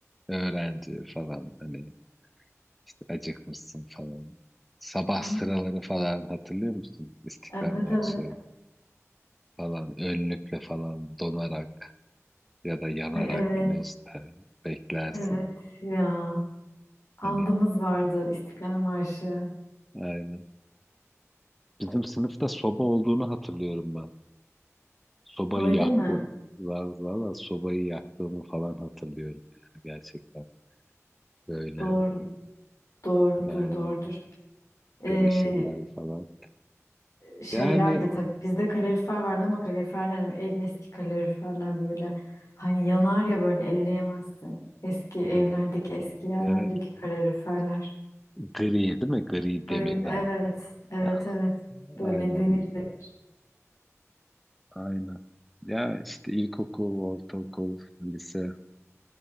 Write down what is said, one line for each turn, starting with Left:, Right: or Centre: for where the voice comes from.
Centre: öğrenci falan hani işte acıkmışsın falan sabah
Left: Ay,
Centre: sıraları falan hatırlıyor musun İstiklal
Left: evet
Centre: Marşı
Left: evet.
Centre: falan önlükle falan donarak ya da yanarak
Left: Ay, evet
Centre: güneşte beklersin.
Left: evet ya. Andımız
Centre: Hani
Left: vardı İstiklal Marşı.
Centre: aynen. Bizim sınıfta soba olduğunu hatırlıyorum ben. Sobayı
Left: Öyle
Centre: yaktım.
Left: mi?
Centre: Valla valla sobayı yaktığımı falan hatırlıyorum yani gerçekten. Böyle.
Left: Doğru Doğrudur,
Centre: Aynen.
Left: doğrudur. Ee,
Centre: Tebeşirler falan.
Left: şeyler
Centre: Yani
Left: de tabii bizde kalorifer vardı ama kaloriferler hani en eski kaloriferler böyle hani yanar ya böyle elleyemezsin. Eski evlerdeki
Centre: evet,
Left: eski yerlerdeki
Centre: evet.
Left: kaloriferler.
Centre: Gri değil mi? Gri demirden.
Left: Böyle evet, evet,
Centre: <laughs>
Left: evet. Böyle
Centre: Aynen.
Left: demir demir.
Centre: Aynen. Ya işte ilkokul, ortaokul, lise